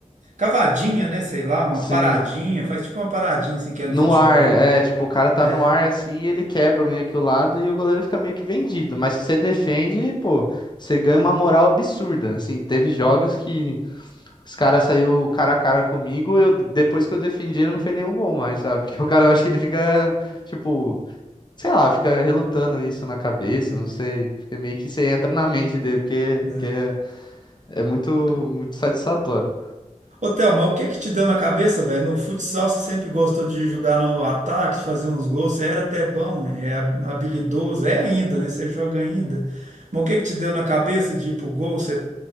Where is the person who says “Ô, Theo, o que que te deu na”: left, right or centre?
Right